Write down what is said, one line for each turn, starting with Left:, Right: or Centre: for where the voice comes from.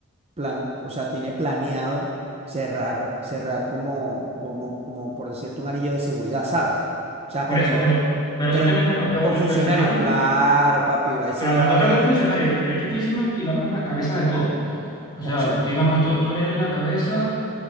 Right: plan, o sea, tiene planeado cerrar, cerrar como, como, como por decirte, un anillo de seguridad, ¿sabes? O sea,
Left: Por
Right: pero
Left: eso,
Right: no,
Left: pero, pero
Right: pero
Left: sí tenemos a todo
Right: con
Left: el
Right: funcionario,
Left: personal,
Right: claro, papi, va- ese
Left: o sea,
Right: día
Left: no,
Right: va
Left: no
Right: a haber,
Left: tanto el funcionario. Yo, yo te estoy diciendo, digamos, las cabezas de todo. O
Right: ¿cómo
Left: sea,
Right: así?
Left: digamos, tú, tú eres la cabeza